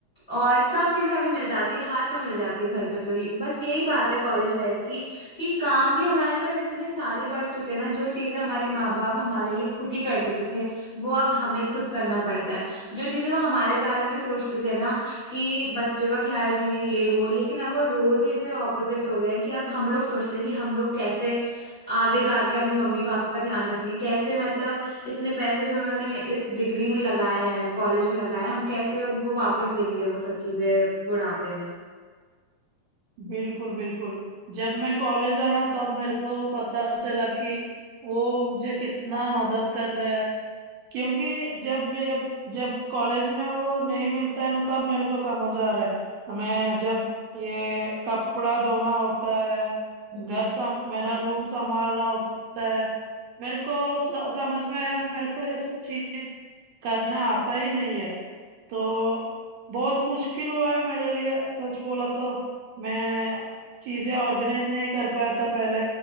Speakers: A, on the left (about 35°); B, on the right (about 75°).
A: और सब चीजें हमें मिल जाती है हाथ में मिल जाती है घर पे तो ये- बस यही बात है कॉलेज लाइफ की कि काम भी हमारे पास इतने सारे बढ़ चुके हैं ना जो चीजें हमारे माँ बाप हमारे लिए खुद ही कर देते थे वो अब हमें खुद करना पड़ता है जो चीजें वो हमारे बारे में सोचते थे ना कि बच्चों का ख्याल रखेंगे ये वो लेकिन अब वो रोल्स ही इतने ऑपोजिट हो गए हैं कि अब हम लोग सोचते हैं कि हम लोग कैसे आगे जाके अपनी मम्मी पापा का ध्यान रखेंगे कैसे मतलब इतने पैसे जो उन्होंने इस डिग्री में लगाए हैं कॉलेज में लगाए हैं हम कैसे उनको वापस देंगे वो सब चीजें बुढ़ापे में
B: बिल्कुल बिल्कुल जब मैं कॉलेज आया तब मेरे को पता चला कि वो मुझे कितना मदद कर रहे हैं क्योंकि जब ये जब कॉलेज में वो नहीं मिलता है ना तब मेरे को समझ आ रहा है हमें जब ये कपड़ा धोना होता है
A: हम्म
B: घर सम मेरा रूम संभालना होता है मेरे को स, समझ में आया मेरे को ये सब चीज करना आता ही नहीं है तो बहुत मुश्किल हुआ है मेरे लिए सच बोला तो मैं चीजें ऑर्गेनाइज नहीं कर पाया था पहले